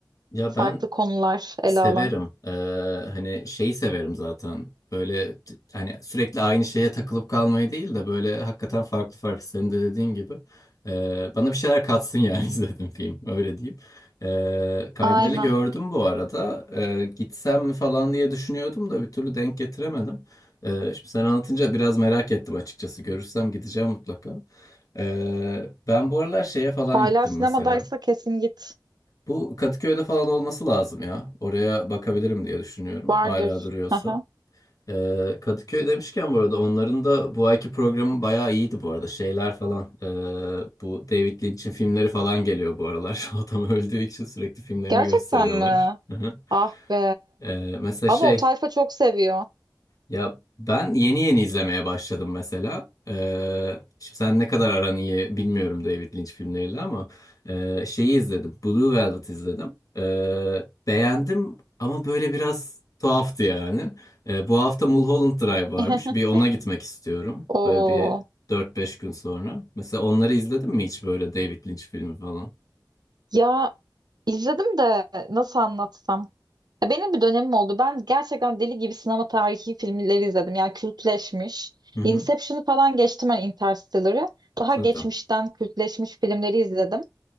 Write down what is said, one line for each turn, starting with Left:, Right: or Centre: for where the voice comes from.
Left: Ya
Right: farklı
Left: ben
Right: konular ele
Left: severim.
Right: alan?
Left: Ee, hani şeyi severim zaten. Böyle t- hani sürekli aynı şeye takılıp kalmayı değil de böyle hakikaten farklı farklı senin de dediğin gibi. Ee, bana bir şeyler katsın yani <laughs> izledim film öyle diyeyim. Ee, Kardinal'i
Right: Aynen.
Left: gördüm bu arada. Ee, gitsem mi falan diye düşünüyordum da bir türlü denk getiremedim. Ee, şimdi sen anlatınca biraz merak ettim açıkçası. Görürsem gideceğim mutlaka. Ee, ben bu aralar şeye falan
Right: Hala
Left: gittim
Right: sinemadaysa
Left: mesela.
Right: kesin git.
Left: Bu Kadıköy'de falan olması lazım ya. Oraya bakabilirim diye düşünüyorum.
Right: Vardır.
Left: Hala duruyorsa.
Right: Aha.
Left: Ee, Kadıköy demişken bu arada onların da bu ayki programı bayağı iyiydi bu arada. Şeyler falan. ee, bu David Lynch'in filmleri falan geliyor bu aralar. <laughs> Adam öldüğü için sürekli filmlerini
Right: Gerçekten
Left: gösteriyorlar.
Right: mi?
Left: Hı hı.
Right: Ah be.
Left: Ee, mesela
Right: Ama
Left: şey
Right: o tayfa çok seviyor.
Left: ya ben yeni yeni izlemeye başladım mesela. Ee, şimdi sen ne kadar aran iyi bilmiyorum David Lynch filmleriyle ama e, şeyi izledim. Blue Velvet izledim. Ee, beğendim ama böyle biraz tuhaftı yani. Ee, bu hafta Mulholland Drive varmış.
Right: <laughs>
Left: Bir ona gitmek istiyorum.
Right: Oo.
Left: Böyle bir dört beş gün sonra. Mesela onları izledin mi hiç böyle David Lynch filmi falan?
Right: Ya izledim de nasıl anlatsam. Ya benim bir dönemim oldu. Ben gerçekten deli gibi sinema tarihi filmleri izledim. Yani kültleşmiş.
Left: Hı hı.
Right: Inception'ı falan geçtim ben Interstellar'ı. Daha
Left: Zaten.
Right: geçmişten kültleşmiş filmleri izledim.